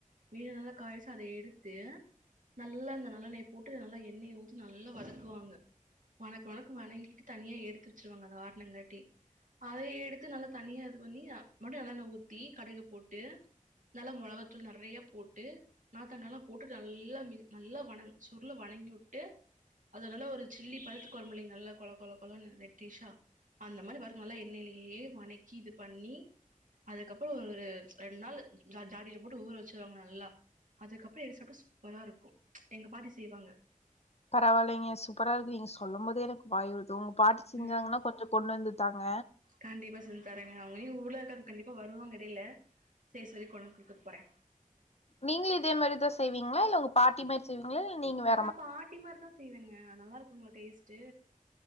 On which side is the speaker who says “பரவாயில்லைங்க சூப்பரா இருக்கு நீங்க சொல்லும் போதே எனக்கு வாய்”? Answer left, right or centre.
Left